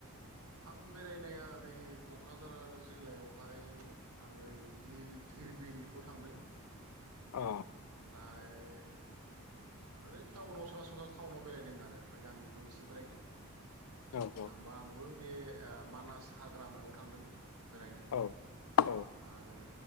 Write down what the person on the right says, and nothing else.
आं बेरायनाया ओरै कक्राझार जिल्लायावहाय आं ओरै दिर धिर बिलखौ थांदों उमफ्राय
फाय ओरै टाउनाव सरासनस्रा टाउनाव बेरायदों आरो ओमफ्राय गामिफ्राव इसे बेरायदों
बा आंबो बे ओ मानास हाग्रामायाव थांदों। बेरायनो
आरो।